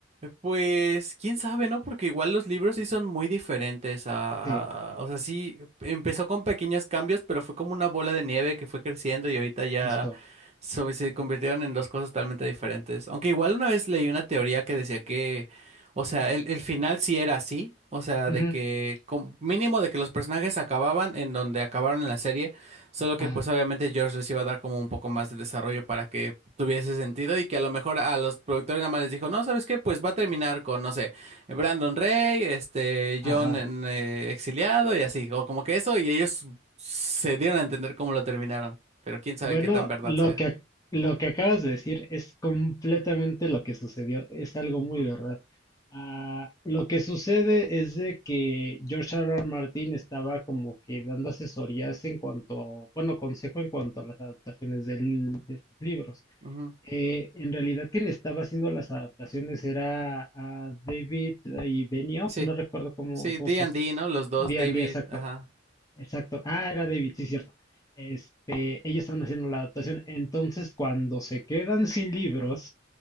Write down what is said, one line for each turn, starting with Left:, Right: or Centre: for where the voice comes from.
Right: Pues quién sabe, ¿no? Porque igual los libros sí son muy diferentes a,
Left: Sí,
Right: a- o sea, sí empezó con pequeños cambios, pero fue como una bola de nieve que fue creciendo y ahorita ya
Left: justo.
Right: so- se convirtieron en dos cosas totalmente diferentes. Aunque igual una vez leí una teoría que decía que, o sea, el, el final sí era así, o sea,
Left: Ujú.
Right: de que con- mínimo de que los personajes acababan en donde acabaron en la serie, Solo que
Left: Ah,
Right: pues obviamente George les iba a dar como un poco más de desarrollo para que tuviese sentido y que a lo mejor a los productores nada más les dijo, no, ¿sabes qué? Pues va a terminar con, no sé, Brandon Rey, este,
Left: ajá.
Right: John en, eh, exiliado y así, o como que eso, y ellos se dieron a entender cómo lo terminaron, pero quién sabe
Left: Bueno,
Right: qué tan verdad
Left: lo
Right: sea.
Left: que, ac- lo que acabas de decir es completamente lo que sucedió, es algo
Right: Ujú,
Left: muy verdad. Ah, lo que sucede es de que George R. R. Martin estaba como que dando asesorías en cuanto, bueno, consejo en cuanto a las adaptaciones del- de sus libros.
Right: ujú.
Left: Eh, en realidad quien estaba haciendo las adaptaciones era ah, David eh, y Benioff,
Right: Sí,
Left: no recuerdo cómo,
Right: sí,
Left: cómo
Right: D
Left: sus,
Right: and D, ¿no? Los dos,
Left: D&D
Right: David,
Left: exacto.
Right: ajá.
Left: Exacto. Ah, era David, sí, cierto. Este, ellos estaban haciendo la adaptación. Entonces, cuando se quedan sin libros,